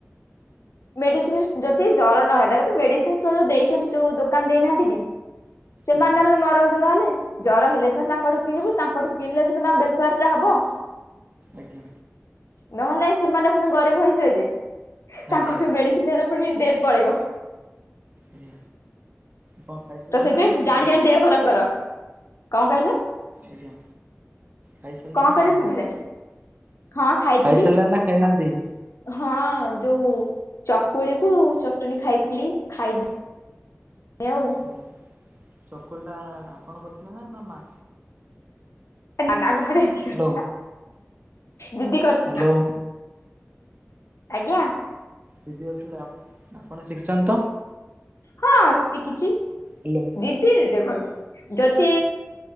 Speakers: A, on the left; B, on the right.
A: ମେଡିସିନ ଯଦି ଜର ନହେଲା, ମେଡିସିନ ଷ୍ଟୋର ଯୋଉ ଦେଇଛନ୍ତି ଯୋଉ ଦୋକାନ ଦେଇନାହାନ୍ତି କି? ସେମାନେ
B: ଆଜ୍ଞା
A: ନହେଲେ ମରନ୍ତୁ ନହେଲେ। ଜର ହେଲେ ସିନା ତାଙ୍କଠୁ କିଣିବୁ, ତାଙ୍କଠୁ କିଣିଲେ ସିନା ତାଙ୍କ ବେପାରଟା ହବ।
B: ଆଜ୍ଞା।
A: ନହେଲେ ନାଇ ସେମାନେ ପୁଣି ଗରିବ ହେଇଯିବେ ଯେ,
B: ଆଜ୍ଞା
A: ତାଙ୍କ ଯୋଉ ମେଡିସିନ ସେରା ପୁଣି ଡେଟ୍ ପଳେଇବ।
B: ଆଜ୍ଞା କଣ ଖାଇଥିଲନା
A: ତ ସେଥିପାଇଁ
B: ନା ଖାଇନାହାନ୍ତି?
A: ଜାଣି ଜାଣି ଦେହ ଖରାପ କର, କଣ କହିଲେ?
B: ଆଜ୍ଞା ଖାଇସାରିଲେ
A: କଣ
B: ନା
A: କହିଲେ
B: ଖାଇନାହାନ୍ତି?
A: ଶୁଭିଲାନି ହଁ ଖାଇଥିଲି
B: ଖାଇସାରିଲେ ନା ଖାଇନାହାନ୍ତି?
A: ହଁ ଯୋଉ ଚକୁଳିକୁ ଚଟଣି ଖାଇଥିଲି, ଖାଇନି ଆଉ
B: ଆଜ୍ଞା ଚକୁଳିଟା ଆପଣ କରିଥିଲେ ନା ନା ମା?
A: ନାଁ ନାଁ ଘରେ କରିଥିଲା
B: ହ୍ୟାଲୋ
A: ଦିଦି କରିଥିଲା।
B: ହ୍ୟାଲୋ
A: ଆଜ୍ଞା।
B: ଦିଦି କରିଥିଲେ, ଆପଣ ଶିଖିଛନ୍ତି ତ?
A: ହଁ ଶିଖିଛି।
B: ହ୍ୟାଲୋ
A: ଦି ଦି ଦେଖନ୍ତୁ, ଯଦି